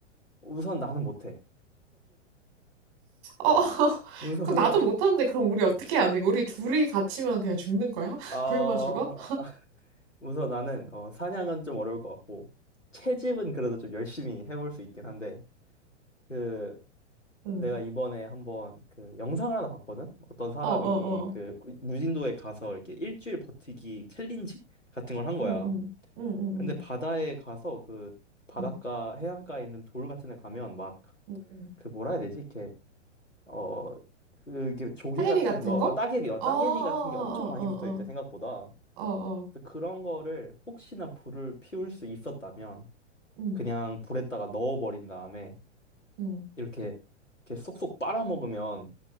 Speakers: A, on the left; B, on the right.
A: 우선 나는 못해.
B: 어, <laughs>
A: 우선은
B: 그 나도 못하는데 그럼 우리 어떻게 해야 돼? 우리 둘이 갇히면 그냥 죽는 거야? <laughs>
A: 어
B: 굶어 죽어?
A: 우선 나는 어, 사냥은 좀 어려울 것 같고 채집은 그래도 좀 열심히 해볼 수 있긴 한데 그 내가
B: 응.
A: 이번에 한번 그 영상을 하나 봤거든? 어떤 사람이
B: 어, 어, 어.
A: 그 무진도에 가서 이렇게 일주일 버티기 챌린지 같은 걸 한
B: 응,
A: 거야.
B: 응, 응, 응,
A: 근데
B: 응,
A: 바다에 가서 그 바닷가
B: 응,
A: 해안가에 있는 돌 같은 데 가면 막
B: 응. 응.
A: 그 뭐라 해야 되지? 이렇게 어 그게 조개
B: 사계비
A: 같은
B: 같은
A: 거,
B: 거?
A: 어, 따개비, 어,
B: 어,
A: 따개비
B: 어, 어,
A: 같은 게 엄청 많이
B: 어, 어,
A: 붙어 있대 생각보다.
B: 어, 어, 어.
A: 그래서 그런 거를 혹시나 불을 피울 수 있었다면
B: 응,
A: 그냥 불에다가 넣어버린 다음에
B: 응.
A: 이렇게 이렇게 쏙쏙 빨아먹으면